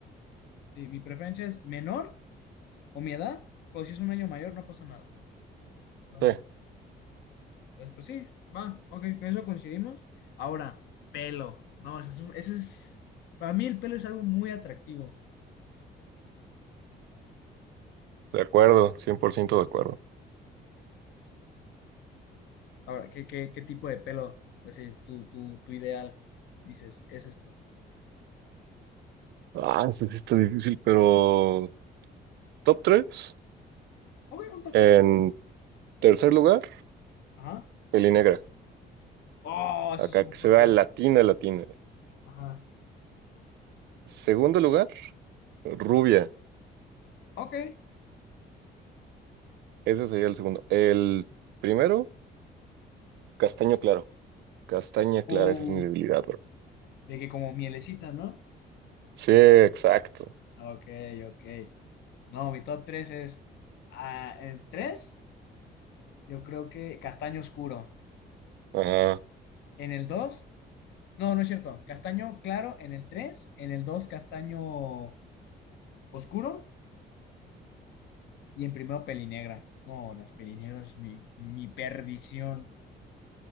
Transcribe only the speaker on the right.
Sí,
de acuerdo, cien por ciento de acuerdo.
Ah, sí, sí está difícil, pero top tres
En
tercer lugar,
pelinegra.
Acá
que
se vea
latina, latina.
Segundo lugar, rubia.
Ese sería el segundo. El primero, castaño claro. Castaña clara,
esa es mi debilidad, bro.
Sí, exacto.
Ajá.